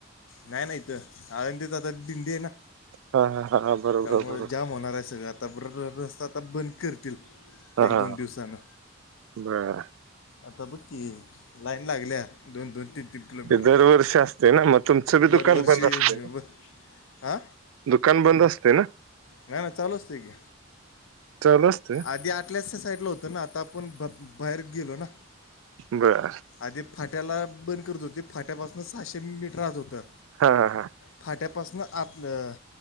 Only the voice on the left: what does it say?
नाही नाही इथंआळंदीत आता दिंडी आहे ना
त्यामुळे
जाम होणार आहे सगळं आता आता ब <unintelligible> रस्ता आता बंद करतील
एक
दोन दिवसान
आता बघ कि लाईन लागल्या दोन दोन तीन तीन किलोमीटर
दरवर्षी
व- हा
नाही नाही चालू असतंय कि
आधी आतल्याच साईडला होतं ना आता आपण बा बाहेर गेलो ना
आधी फाट्याला बण त होते फाट्यापासन सहाशे मीटर आत होतं.
फाट्यापासून आत आपलं